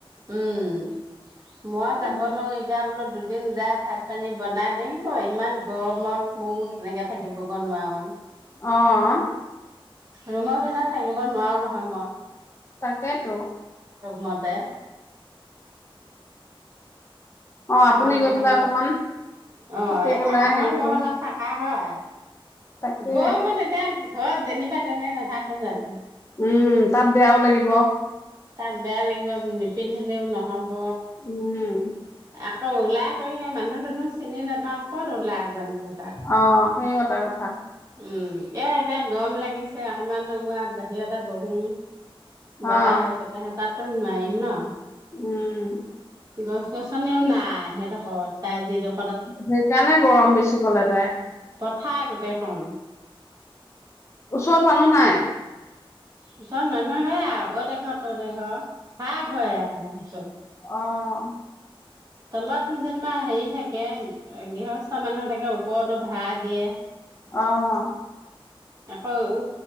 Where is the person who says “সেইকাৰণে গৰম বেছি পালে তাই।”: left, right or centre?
Left